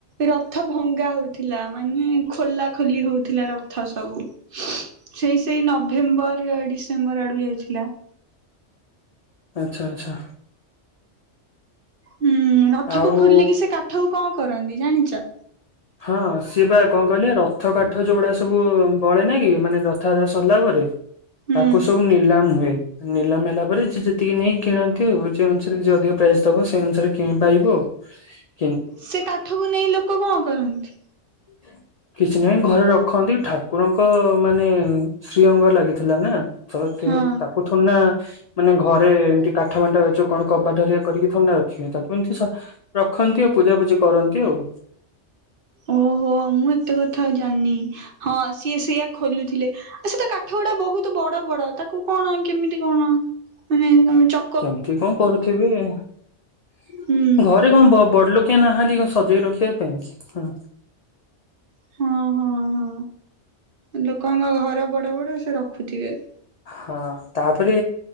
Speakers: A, on the right (about 60°); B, on the left (about 65°).
A: ରଥ ଭଙ୍ଗା ହଉଥିଲା ମାନେ ଖୋଲା ଖୋଲି ହଉଥିଲା ରଥ ସବୁ।
B: <inaudible>
A: ସେଇ ସେଇ ନଭେମ୍ବର ଡିସେମ୍ବର ଆଡକୁ ଯାଇଥିଲା।
B: ଆଚ୍ଛା ଆଚ୍ଛା।
A: ହୁଁ ରଥକୁ
B: ଆଉ
A: ଖୋଲିକି ସେ କାଠକୁ କଣ କରନ୍ତି ଜାଣିଛ?
B: ହଁ ସିଏ ବା କଣ କହିଲେ ରଥ କାଠ ଯୋଉଗୁଡା ସବୁ ବଳେ ନା କି ମାନେ ରଥଯାତ୍ରା ସରିଲା ପରେ
A: ହୁଁ
B: ତାକୁ ସବୁ ନିଲାମ୍ ହୁଏ। ନିଲାମ୍ ହେଲା ପରେ ଯିଏ ଯେତିକି ନେଇ କିଣନ୍ତି ଆଉ ଅନୁସାରେ ଯିଏ ଅଧିକ ପ୍ରାଇସ୍ ଦବ ସେଇ ଅନୁସାରେ କିଣି ପାରିବ ଆଉ। <unintelligible>
A: ସେ କାଠକୁ ନେଇ ଲୋକ କଣ କରନ୍ତି?
B: <inaudible> କିଛି ନାହିଁ ଘରେ ରଖନ୍ତି ଠାକୁରଙ୍କ ମାନେ ଶ୍ରୀ ଅଙ୍ଗ ଲାଗିଥିଲା ନା। ସ ତିରେ
A: ହଁ
B: ତାକୁ ଥନା। ମାନେ ଘରେ ଏମିତି କାଠ ମାଣ୍ଟ ଯୋଉ କଣ କବାଟରେ କରିକି ଥୋଉ ନାହାନ୍ତି ତାକୁ ଏମିତି ସ ରଖନ୍ତି ଆଉ ପୂଜାପୂଜି କରନ୍ତି ଆଉ।
A: ଓହୋ ମୁଁ ଏତେ କଥା ଆଉ ଜାଣିନି ହଁ ସିଏ ସେୟଆ ଖୋଲୁଥିଲେ। ଆ ସେତ କାଠ ଗୁଡା ବହୁତ ବଡ ବଡ ତାକୁ କଣ କେମିତି କଣ ମାନେ ଚ
B: କେମତି କଣ କରୁଥିବେ ଆଉ
A: ହୁଁ।
B: ଘରେ କଣ ବ ବଡ ଲୋକ କେହି ନାହାନ୍ତି କଣ ସଜେଇ ରଖିବା ପାଇଁ ହୁଁ।
A: ହଁ ହଁ ହଁ ଲୋକଙ୍କ ଘର ବଡ ବଡ ସେ ରଖୁଥିବେ।
B: ହଁ ତାପରେ